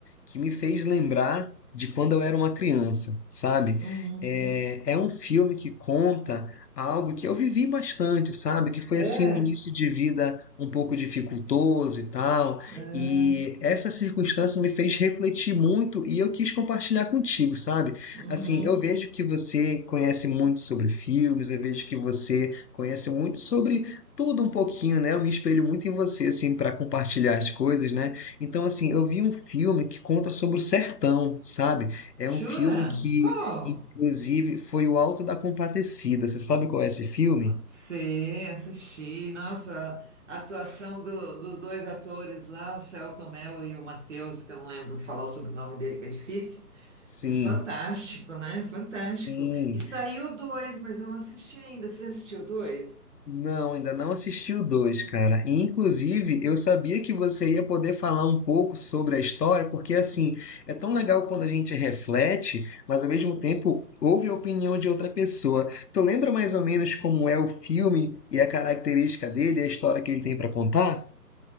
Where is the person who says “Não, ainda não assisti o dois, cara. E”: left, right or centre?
Left